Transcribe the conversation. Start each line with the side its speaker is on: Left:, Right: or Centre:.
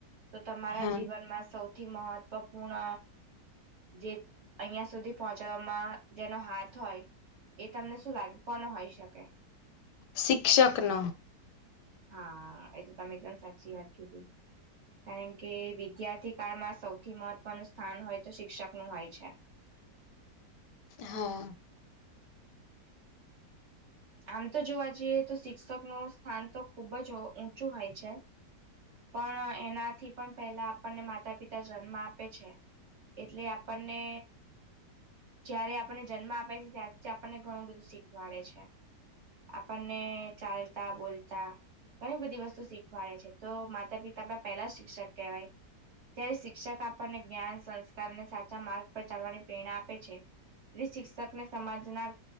Right: તો તમારા
Left: હા
Right: જીવનમાં સૌથી મહત્વપૂર્ણ જે અહં સુધી પહોંચાડવામાં જેનો હાથ હોય એ તમને શું લાગે કોને હોઈ શકે
Left: શિક્ષક ન
Right: હા એ તો તમે એકદમ સાચી વાત કીધી કારણ કે વિદ્યાર્થી કાળમાં સૌથી મહત્વનું સ્થાન હોય તો શિક્ષક નું હોય છે
Left: હા
Right: આમ તો જોવા જઈએ તો શિક્ષક ન સ્થાન તો ખુબ જ ઊંચું હોય છે પણ એનાથી પણ પહેલા આપણને માતા પિતા જન્મ આપે છે એટલે આપણને જયારે આપણને જન્મ આપે છે ત્યારથી આપણને ઘણું બધું શીખવાડે છે આપણને ચાલતા બોલતા ઘણી બધી વસ્તુ શીખવાડે છે તો માતા પિતા આપ પહેલા શિક્ષક કહેવાય ત્યારે શિક્ષક આપણને જ્ઞાન સંસ્કારને સાચા માર્ગ પર ચાલવાની પ્રેરણા આપે છે તે શિક્ષકને સમાજના